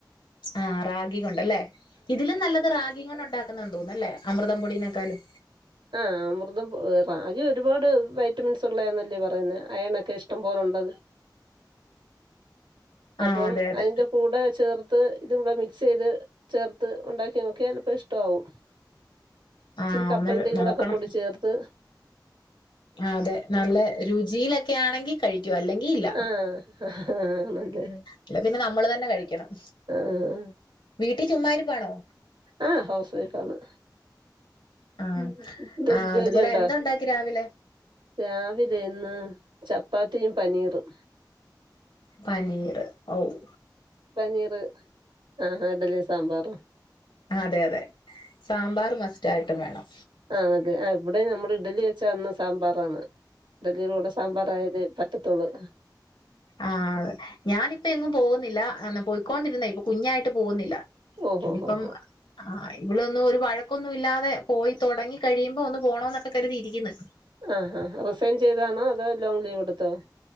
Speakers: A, on the left (about 80°); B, on the right (about 90°).
A: ആഹ് റാഗി കൊണ്ട് അല്ലേ, ഇതിലും നല്ലത് റാഗി കൊണ്ട് ഒണ്ടാക്കുന്നാന്ന് തോന്നുന്നു അല്ലേ? അമൃതം പൊടിനേക്കാലും.
B: ആ അമൃതം പൊ റാഗി ഒരുപാട് വൈറ്റമിൻസ് ഉള്ളയാന്നല്ലേ പറയുന്നെ, അയണൊക്കെ ഇഷ്ടം പോല ഒണ്ടത്.
A: ആ
B: അപ്പം
A: അതെ അതെ
B: അതിന്റെ കൂടെ ചേർത് ത്ത് ഇത് <unintelligible> മിക്സ് ചെയ്ത് ചേർത്ത് ഒണ്ടാക്കി നോക്കിയാൽ പ്പ ഇഷ്ടാവും. ഇച്ചിരി
A: ആ
B: കപ്പലണ്ടി
A: ഒന്ന്
B: കൂടെ
A: നോക്കണം
B: ഒക്കെ പൊടിചേർത്ത്
A: അതെ നല്ല രുചിയിലൊക്കെ ആണെങ്കി കഴിക്കും അല്ലെങ്കിൽ ഇല്ല
B: ആഹ് ആണല്ലേ
A: അല്ല പിന്നെ നമ്മൾ തന്നെ കഴിക്കണം
B: ആഹ്
A: വീട്ടിൽ ചുമ്മാരിപ്പാണോ
B: ആഹ് ഹൗസ് വൈഫാണ്
A: ആ
B: ഉമ് എന്ത
A: ആ
B: ജോലി
A: അതുപോലെ
B: ഉണ്ടോ
A: എന്താ ഉണ്ടാക്കി രാവിലെ
B: രാവിലെ ഇന്ന് ചപ്പാത്തിയും പനീറും
A: പനീർ ഓഹ്
B: പനീർ ആഹ് ആഹ് ഇഡ്ലി സാമ്പാർ
A: അതെ അതെ സാമ്പാർ മസ്റ്റ് ആയിട്ടും വേണം
B: ആണ അതെ ആഹ് ഇവിടെ നമ്മൾ ഇഡലി വെച്ച അന്ന സാമ്പാറാണ് ഇഡലിയുടെ കൂടെ സാമ്പാറ ആയാലേ പറ്റത്തോള്
A: ആഹ് ഞാനിപ്പോ എങ്ങും പോകുന്നില്ല പോയ്ക്കൊണ്ടിരുന്ന ഇപ്പൊ കുഞ്ഞായിട്ട് പോകുന്നില്ല
B: ഓഹോ
A: ഇനിപ്പം
B: ഹോ ഹോ
A: ആഹ് ഇവിളൊന്നും ഒരു വഴക്കൊന്നും ഇല്ലാതെ പോയി തൊടങ്ങി കഴിയുമ്പോ ഒന്ന് പോണൊന്നൊക്കെ കരുതിയിരിക്ക്ന്ന്
B: ആ ഹ ഹ റിസൈൻ ചെയ്താണോ അതോ ലോങ് ലീവെട്ത്തോ